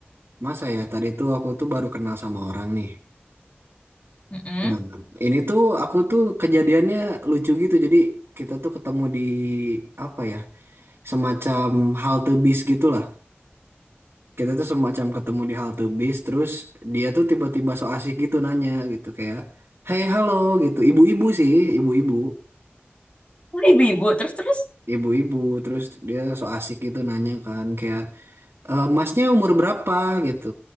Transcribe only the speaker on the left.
Mm-mm.
Oh, ibu-ibu terus-terus.